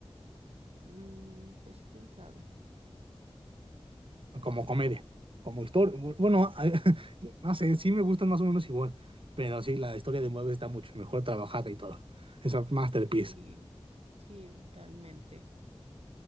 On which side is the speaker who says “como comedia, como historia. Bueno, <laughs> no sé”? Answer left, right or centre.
Right